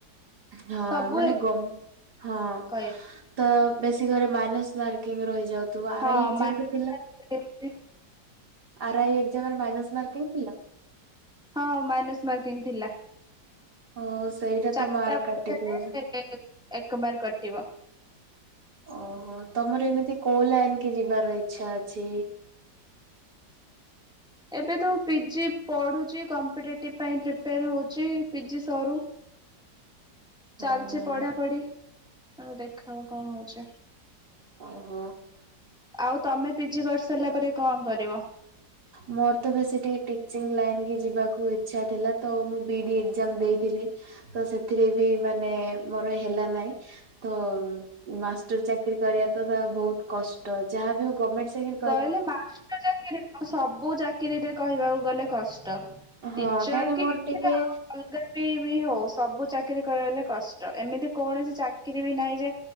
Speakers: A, on the right; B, in the centre.
A: ହଁ
B: ସବୁ
A: ମାନେ
B: ଏ
A: ଗମ ହଁ।
B: କହେ
A: ତ ବେଶୀ ଘରେ, ମାଇନସ୍ ମାର୍କିଙ୍ଗ ରହିଯାଉଥିବ। ଆର
B: ହଁ
A: ଆଇ ଏକଜାମ୍
B: ମାଇନସ
A: ଥିଲା। ଆର ଆଇ ଏକଜାମରେ ମାଇନସ୍ ମାର୍କିଂ ଥିଲା?
B: ହଁ, ମାଇନସ୍ ମାର୍କିଂ ଥିଲା।
A: ହଁ ସେଇଟା
B: ଚାରିଟା
A: ତ ମାର୍କ କାଟି ଦଉଚନ୍ତି।
B: ହେଲେ ଏକ ମାର୍କ କଟିବ।
A: ଓହୋ। ତମର ଏମିତି କୋଉ ଲାଇନ କି ଯିବାର ଇଚ୍ଛା ଅଛି?
B: ଏବେ ତ ପିଜି ପଢ଼ୁଚି କମ୍ପିଟେଟିଭ୍ ପାଇଁ ପ୍ରିପେୟାର ହଉଚି। ପିଜି ସରୁ।
A: ହଁ
B: ଚାଲିଚ ପଢା ପଢି। ଆଉ ଦେଖା ହବ କଣ ହଉଚି।
A: ଓହୋ।
B: ଆଉ ତମେ, ପିଜି କରିସାରିଲା ପରେ କଣ କରିବ?
A: ମୋର ତ, ବେଶୀ ଟିକେ ଟିଚିଂ ଲାଇନ କି ଯିବାକୁ ଇଛା ଥିଲା। ତ ମୁଁ ବି ଡି ଏକଜାମ ଦେଇଥିଲି। ତ ସେଥିରେ ବି, ମାନେ ମୋର ହେଲା ନାଇଁ। ତ ମାଷ୍ଟର ଚାକିରୀ କରିବା ତ ତା ବହୁତ କଷ୍ଟ। ଯାହାବି ହଉ ଗମେଣ୍ଟ ଚାକିରି
B: କହିଲେ ମାଷ୍ଟର ଚାକିରି ନୁହଁ। ସବୁ ଚାକିରିରେ କହିବାକୁ ଗଲେ କଷ୍ଟ।
A: ହଁ
B: ଟିଚର
A: କାହିଁକି ନା
B: କି
A: ମୋର ଟିକେ
B: ଆଉ ଟି ବି ବି ହଉ, ସବୁ ଚାକିରୀ କରିବଲେ କଷ୍ଟ। ଏମିତି କୌଣସି ଚାକିରୀ ବି ନାହିଁ ଯେ